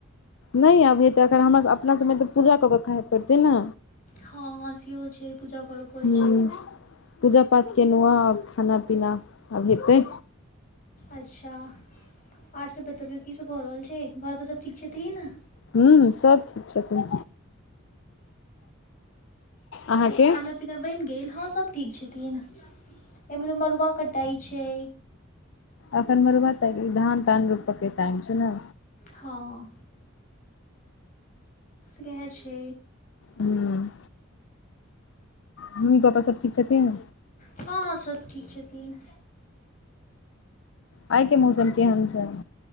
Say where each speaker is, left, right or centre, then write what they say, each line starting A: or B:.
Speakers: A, on the left; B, on the left.
A: नहि आब हेतै। एखन हमरा अपना सभमे तऽ पूजा कऽ के खाइ पड़तै ने।
B: हॉं-हॉं सेहो छै, पूजा करऽ पड़ै
A: हूँ
B: छै।
A: पूजा पाठ केलहुँ अहॉं, आब खाना पीना आब हेतै।
B: अच्छा, आर सभ बतबियौ कि सभ भऽ रहल छै। घरपर सभ ठीक छथिन?
A: हुं, सब ठीक छथिन। अहाँके
B: आर खाना पीना बनि गेल? हॉं, सभ ठीक छथिन। एम्हरो मरुआ कटाइ छै।
A: अखन मरुआ त धान तान रोपऽ के टाइम छै ने।
B: हॉं, <unintelligible> छै।
A: हूँ। मम्मी पापा सब ठीक छथिन?
B: हं-हं, सभ ठीक छथिन।
A: आइ के मौसम केहन छैन?